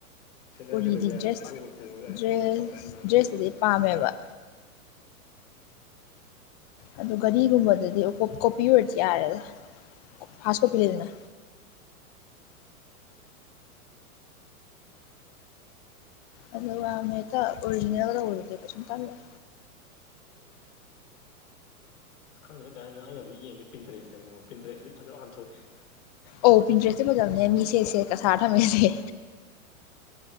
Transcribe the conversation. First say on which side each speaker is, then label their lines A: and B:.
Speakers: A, on the left; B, on the left.
A: ꯁꯦꯟꯗꯟ
B: ꯎꯔꯤꯗꯤ
A: ꯀꯩꯗꯧꯒꯦ ꯍꯥꯏꯅꯣ
B: ꯗ꯭ꯔꯦꯁ
A: ꯆꯠꯊꯣꯛꯄ ꯇꯣꯡꯉꯁꯨ ꯌꯥꯥꯏ
B: ꯗ꯭ꯔꯦꯁ
A: ꯆꯄ꯭ꯔꯤ ꯃꯥꯟꯕ
B: ꯗ꯭ꯔꯦꯁꯇꯨꯗꯤ
A: ꯁ‌ꯦꯜꯗꯜ
B: ꯄꯥꯝꯃꯦꯕ ꯑꯗꯨ ꯒꯥꯔꯤꯒꯨꯝꯕꯗꯗꯤ ꯀ‌ꯣ ꯀꯣꯄꯤ ꯑꯣꯏꯔꯗꯤ ꯌꯥꯔꯦꯗ ꯐꯥꯔꯁ ꯀꯣꯄꯤ ꯂꯩꯗꯅ ꯑꯂꯨꯒꯥꯝ ꯍ‌ꯦꯛꯇ ꯑꯣꯔꯤꯖꯤꯅꯦꯜ ꯇꯧꯕꯗꯨꯗꯤ ꯀꯩꯁꯨꯝ ꯀꯜꯂ‌ꯦ
A: ꯑ ꯈꯪꯗ‌ꯦꯗ ꯀꯩ ꯍꯥꯏꯅ‌ꯣ ꯑꯩ ꯍꯧꯖꯤꯛ ꯌꯦꯡꯉꯦ ꯄꯤꯟꯇꯔꯦꯁꯇꯅꯤꯉ‌ꯣ ꯄꯟꯇꯔꯦꯁꯤꯇꯗꯤ ꯐꯖ ꯉꯥꯛꯇ ꯊ‌ꯣꯛꯑꯦ
B: ꯑꯣ ꯄꯤꯟꯇ꯭ꯔꯦꯁꯇꯤ ꯐꯖꯕꯅꯦ ꯃꯤꯁꯦ ꯁꯦꯠꯀ ꯁꯥꯔ ꯊꯝꯃꯦꯁꯤꯗꯤ